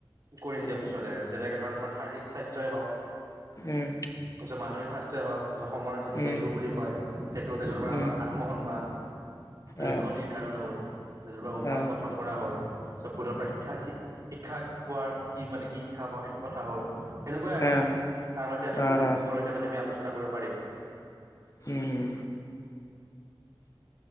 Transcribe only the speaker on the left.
উম
উম
উম
আহ
আহ
আহ
আহ
আহ
হম হম